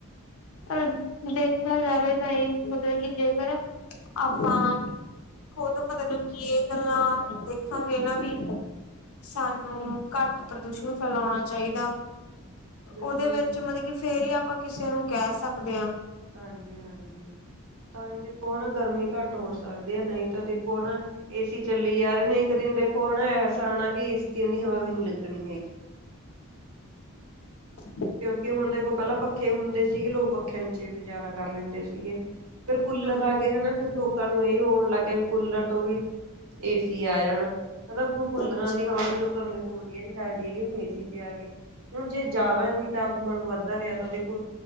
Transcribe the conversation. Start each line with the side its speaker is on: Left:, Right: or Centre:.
Left: ਪਰ ਦੇਖਿਆ ਜਾਵੇ ਤਾਂ ਇਹ ਮਤਲਬ ਕਿ ਜੇਕਰ ਆਪਾਂ ਖੁਦ ਮਤਲਬ ਕੀ ਇਹ ਗੱਲਾਂ ਦੇਖਾਂਗੇ ਨਾ ਵੀ ਸਾਨੂੰ ਘੱਟ ਪ੍ਰਦੂਸ਼ਣ ਫੈਲਾਉਣਾ ਚਾਹੀਦਾ।
Right: ਬਿਲਕੁਲ
Left: ਉਹਦੇ ਵਿੱਚ ਮਤਲਬ ਕਿ ਫੇਰ ਹੀ ਆਪਾਂ ਕਿਸੇ ਨੂੰ ਕਹਿ ਸਕਦੇ ਹਾਂ
Right: ਹਾਂਜੀ, ਹਾਂਜੀ ਤਾਂ ਹੀ ਦੇਖੋ ਹਨਾ ਗਰਮੀ ਘੱਟ ਹੋ ਸਕਦੀ ਹੈ ਨਹੀਂ ਤਾਂ ਦੇਖ ਹੁਣ ਏ ਸੀ ਚੱਲੀ ਜਾ ਰਹੇ ਨੇ ਇੱਕ ਦਿਨ ਦੇਖੋ ਹਨਾ ਐਸਾ ਹੈ ਨਾ ਕਿ ਏ ਸੀ ਦੀ ਹਵਾ ਵੀ ਨੀ ਲੱਗਣੀ ਹੈਗੀ।
Left: <inaudible>
Right: ਕਿਉਂਕਿ ਹੁਣ ਦੇਖੋ ਪਹਿਲਾਂ ਪੱਖੇ ਹੁੰਦੇ ਸੀਗੇ ਲੋਕ ਪੱਖਿਆਂ ਚ ਵੀ ਗੁਜ਼ਾਰਾ ਕਰ ਲੈਂਦੇ ਸੀਗੇ। ਫੇਰ ਕੂਲਰ
Left: ਹਾਂਜੀ
Right: ਆ ਗਏ ਹਨ। ਫਿਰ ਲੋਕਾਂ ਨੂੰ ਇਹ ਹੋਣ ਲੱਗ ਗਿਆ ਵੀ ਕੂਲਰ ਤੋਂ ਵੀ ਏਸੀ ਆ ਜਾਣ ਹਨਾ ਹੁਣ ਕੂਲਰਾਂ
Left: ਹਾਂਜੀ
Right: ਦੀ ਹਵਾ ਵੀ ਲੋਕਾਂ ਦੇ ਕੋਲ ਵਧੀਆ ਨੀ ਲੱਗਦੀ ਹੈਗੀ ਹੁਣ ਏ ਸੀ ਤੇ ਆ ਕੇ ਹੁਣ ਜੇ ਜ਼ਿਆਦਾ ਤਾਪਮਨ ਵੱਧਦਾ ਰਿਹਾ ਤਾਂ ਦੇਖੋ